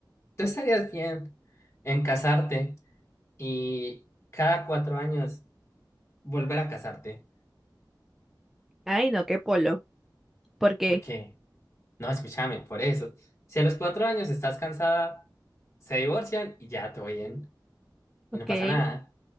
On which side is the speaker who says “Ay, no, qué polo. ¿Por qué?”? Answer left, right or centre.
Centre